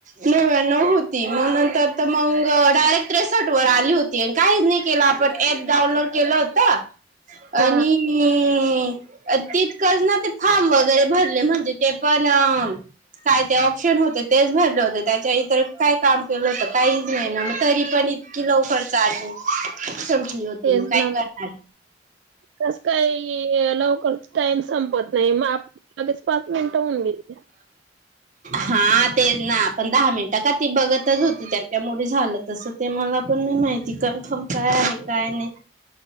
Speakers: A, on the right; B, on the right.
A: नव्यानव होती, मं नंतर मंग डायरेक्ट सेट वर आली होती आनी. काहीच नाही केलं आपण ऍप डाउनलोड केल होत.
B: हा
A: आणि.. नी. हं.. अं तितकंच ना, ते फार्म वैगरे भरले. म्हनजे ते पन अं.. काय ते ऑपशन होते तेच भरले होते. त्याच्याईतर काय काम केल होत? काईच नाय ना. मं तरीपन इत कि लवकर चार्जिंग सपंली होती.
B: तेच
A: मग काय
B: ना
A: करनार?
B: कस काय ये? ते लवकर टाइमस् संपत नई, मग आप लगेच पाच मिन्ट होऊन गेली की
A: हा तेच ना, पण दहा मिन्ट का ती बघतच होती, त्याच्यामुळे झालं तसं ते मला पण नई माहिती, कन्फर्म काय आहे, काय नई